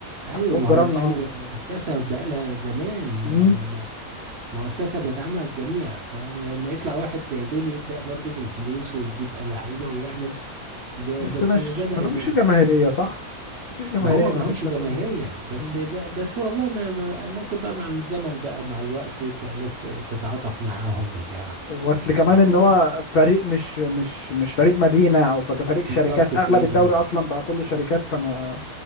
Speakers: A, on the right; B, on the left.
A: ايوه
B: عندهم
A: ما
B: جيران
A: هو الاهلي
B: اه
A: بقى مؤسسه بقالها زمان
B: مم.
A: ما ما مؤسسه بدعمها الجميع فاهم لما يطلع واحد زي دول يبدا برضو بالفلوس ويجيب لعيبه ويعمل ب-
B: بس
A: بس
B: مش
A: بدا
B: ما
A: يتواجد
B: لهمش جماهيريه صح؟ مفيش جماهيريه
A: ما هما ما
B: ما
A: لهمش
B: فيش حد
A: جماهيريه بس
B: مم.
A: ب- بس والله ما ما- ممكن بقى مع الزمن بقى ومع الوقت يبدا الناس ت- تتعاطف معاهم بتاع
B: واصل كمان
A: احتمال
B: ان هو فريق مش مش مش فريق مدينه او ف- ده فريق
A: بالظبط
B: شركات
A: كده
B: اغلب الدوري اصلا بقى كله شركات فما